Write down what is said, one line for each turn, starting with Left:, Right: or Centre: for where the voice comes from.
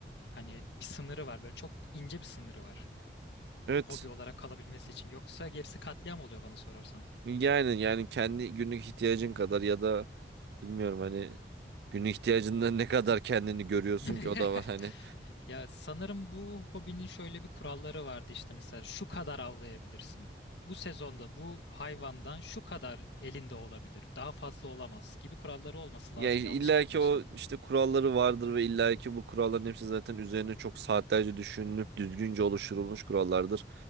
Left: hani bir sınırı var. Böyle çok ince bir sınırı var.
Right: Evet
Left: Hobi olarak kalabilmesi için. Yoksa gerisi katliam oluyor bana sorarsan.
Right: yani yani kendi günlük ihtiyacın kadar ya da bilmiyorum hani günlük ihtiyacından ne kadar kendini görüyorsun
Left: <laughs>
Right: ki o da var hani.
Left: Ya sanırım bu hobinin şöyle bir kuralları vardı işte mesela şu kadar avlayabilirsin. Bu sezonda bu hayvandan şu kadar elinde olabilir. Daha fazla olamaz gibi kuralları olması lazım
Right: Yani illa
Left: yanlış bilmiyorsam.
Right: ki o işte kuralları vardır ve illa ki bu kuralların hepsi zaten üzerine çok saatlerce düşünülüp düzgünce oluşturulmuş kurallardır.